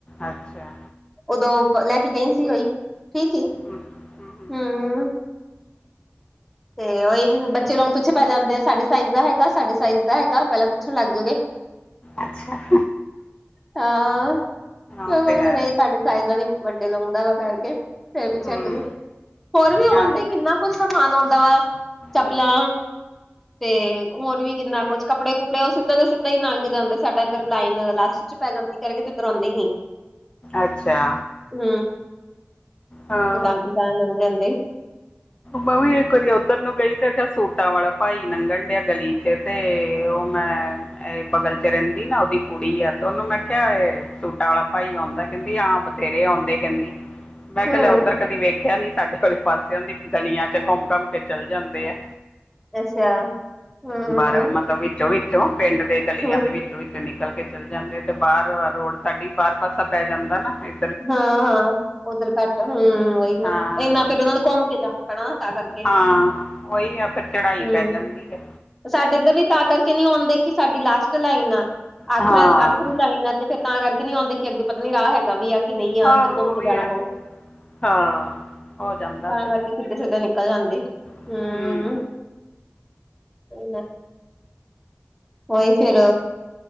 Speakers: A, on the left; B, in the centre.
A: ਅੱਛਾ,
B: ਉਦੋਂ ਔ ਲੈ ਕੇ ਗਈ ਸੀ ਉਈ, ਠੀਕ ਸੀ,
A: ਹਮ, ਹਮ, ਹਮ।
B: ਹੂੰ। ਤੇ ਉਹੀ ਬੱਚੇ ਲੋਕ ਪਿੱਛੇ ਪੈ ਜਾਂਦੇ ਆ, ਸਾਡੇ ਸਾਈਜ਼ ਦਾ ਹੈਗਾ, ਸਾਡੇ ਸਾਈਜ਼ ਦਾ ਹੈਗਾ, ਪਹਿਲਾਂ ਪੁੱਛਣ ਲੱਗ ਜੂਗੇ।
A: ਅੱਛਾ ਹਾਂ,
B: ਹਾਂ <unintelligible>
A: ਉਹ ਤੇ ਹੈ
B: ਸਾਡੇ ਸਾਈਜ਼ ਦਾ ਨੀ, ਵੱਡੇ ਲਾਉਂਦਾ ਵਾ ਕਰਕੇ ਫਿਰ ਪਿੱਛੇ
A: ਹਮ
B: ਹਟੂ। ਹੋਰ ਵੀ ਆਉਂਦੇ,
A: ਹਾਂ
B: ਕਿੰਨਾ ਕੁਝ ਸਮਾਨ ਆਉਂਦਾ ਵਾ, ਚੱਪਲਾਂ।
A: ਹਮ,
B: ਤੇ ਹੋਰ ਵੀ ਕਿੰਨਾ ਕੁਛ, ਕੱਪੜੇ ਕੁਪੜੇ, ਉਹ ਸਿੱਧਾ ਤੇ ਸਿੱਧਾ ਹੀ ਲੰਘ ਜਾਂਦੇ, ਸਾਡਾ ਇੱਧਰ ਲਾਈਨ ਲ ਪੈ ਜਾਂਦੀ ਕਰਕੇ ਤੇ ਉੱਧਰ ਆਉਂਦੇ ਹੀ ਨਹੀਂ।
A: ਅੱਛਾ
B: ਹੂ,
A: ਹਾਂ
B: ਗਲੀ ਗਾਂਹ ਲੰਘਣ ਦੇ।
A: ਮ ਵੀ ਇੱਕ ਵਾਰੀ ਉਧਰ ਨੂੰ ਗਈ, ਤੇ ਦੇਖਿਆ ਸੂਟਾਂ ਵਾਲਾ ਭਾਈ ਨੰਘਣ ਡਿਆ ਗਲੀ ਚ ਤੇ ਤੇ ਉਹ ਮੈਂ ਇਹ ਬਗਲ ਚ ਰਹਿੰਦੀ ਨਾ ਉਹਦੀ ਕੁੜੀ ਆ, ਤੇ ਉਹਨੂੰ ਮੈਂ ਕਿਹਾ ਇਹ ਸੂਟਾਂ ਵਾਲਾ ਭਾਈ ਆਉਂਦਾ, ਕਹਿੰਦੀ ਆਹ ਬਥੇਰੇ ਆਉਂਦੇ, ਕਹਿੰਦੀ। ਮੈਂ
B: ਹੂੰ
A: ਕਿਹਾ ਲੇ ਉਦਾਂ ਕਦੀ ਵੇਖਿਆ ਨੀ ਸਾਡੇ ਕੋਲੇ ਪਾਸੇ ਔਦੀ, ਗਲੀਆਂ ਚ ਘੁੰਮ -ਘਮ ਕੇ ਚਲ ਜਾਂਦੇ ਆ।
B: ਅੱਛਾ! ਹੂੰ
A: ਬਾਹਰ, ਮਤਲਬ ਵਿੱਚੋਂ ਵਿੱਚੋਂ ਪਿੰਡ ਦੇ ਗਲੀਆਂ
B: ਹੂੰ
A: ਦੇ ਵਿੱਚ। ਵਿੱਚ ਨਿਕਲ ਕੇ ਚੱਲੇ ਜਾਂਦੇ, ਤੇ ਬਾਹਰ ਰੋਡ ਸਾਡੀ ਬਾਹਰ ਪਾਸਾ ਪੈ ਜਾਂਦਾ ਨਾ ਫਿਰ।
B: ਹਾਂ ਹਾਂ ਉੱਧਰ ਘੱਟ ਆ, ਹੂ ਉਹੀ ਨਾ,
A: ਹਾਂ
B: ਇਨਾ ਫੇਰ
A: ਉਹੀ
B: ਉਹਨਾਂ
A: ਹੈ।
B: ਨੂੰ ਘੁੰਮ ਕੇ ਜਾਣਾ ਪੈਣਾ ਨਾ, ਤਾਂ ਕਰਕੇ।
A: ਹਾਂ ਉਹੀ ਆ, ਫਿਰ ਚੜਾਈ
B: ਹੂੰ
A: ਪੈ ਜਾਂਦੀ ਏ।
B: ਸਾਡੇ ਇੱਧਰ ਵੀ ਤਾਂ ਕਰਕੇ ਨਹੀਂ ਆਉਂਦੇ, ਕਿ ਸਾਡੀ ਲਾਸਟ ਲਾਈਨ ਆ, ਆਖਰੀ
A: ਹਾਂ
B: ਆਖਰੀ ਲਾਈਨ ਆ। ਤੇ ਫੇਰ ਤਾਂ ਕਰਕੇ ਨੀ ਆਉਂਦੇ, ਕਿ ਅੱਗੇ ਪਤਾ ਨੀ ਰਾਹ ਹੈਗਾ ਵੀ ਆ ਕਿ ਨਹੀਂ ਆ,
A: ਹਾਂ
B: ਫਿਰ
A: ਉਹ
B: ਘੁੰਮ ਕੇ
A: ਵੀ
B: ਜਾਣਾ
A: ਹੈ
B: ਪਊ।
A: ਹਾਂ ਹੋ ਜਾਂਦਾ
B: ਤਾਂ
A: ਫਿਰ
B: ਕਰਕੇ ਸਿੱਧੇ- ਸਿੱਧੇ ਨਿਕਲ ਜਾਂਦੇ,
A: ਹੂੰ
B: ਹੂ। ਇਹਨਾ ਉਹੀ ਫੇਰ!